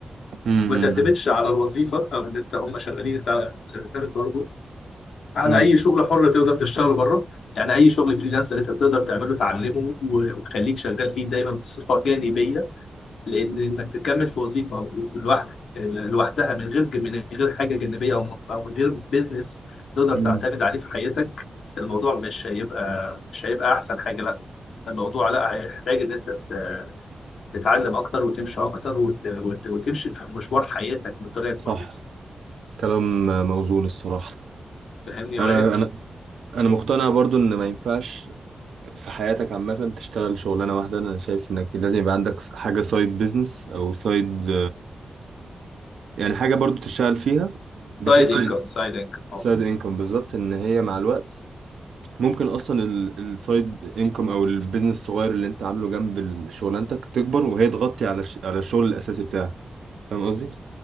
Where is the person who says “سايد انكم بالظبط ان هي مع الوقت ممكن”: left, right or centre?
Right